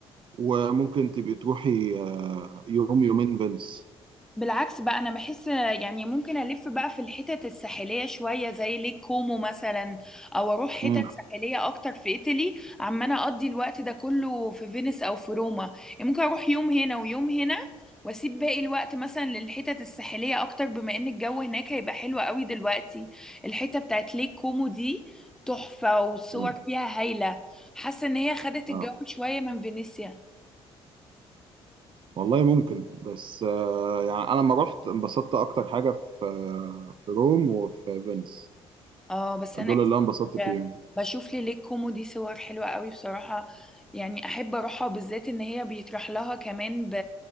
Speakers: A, on the right; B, in the centre.
A: وممكن تبقي تروحي آه، يوم يومين فينيس
B: بالعكس بقى انا بحس يعني ممكن الف بقى في الحتت الساحليه شويه زي ليك كومو مثلا او اروح
A: امم
B: حتت ساحليه اكتر في ايطالي عمال اقضي الوقت ده كله في فينيس او في روما يعني ممكن اروح يوم هنا ويوم هنا واسيب باقي الوقت مثلا للحتت الساحليه اكتر بما ان الجو هناك هيبقى حلو قوي دلوقتي الحته بتاعت ليك كومو دي تحفه والصور
A: امم
B: فيها هايله حاسه ان هي خدت
A: اه
B: الجو شويه من فينيسيا
A: والله ممكن بس آه يعني انا لما رحت انبسطت اكتر حاجه في آه في روم وفي فينيس
B: اه بس
A: دول
B: انا
A: اللي انا انبسطت
B: <laughs>
A: فيهم
B: بشوف لي ليك كوميدي صور حلوة قوي بصراحة يعني احب اروحها بالذات ان هي بيطرح لها كمان ب...